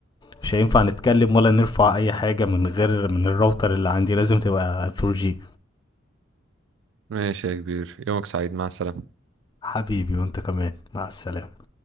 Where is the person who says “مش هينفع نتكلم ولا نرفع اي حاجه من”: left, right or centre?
Left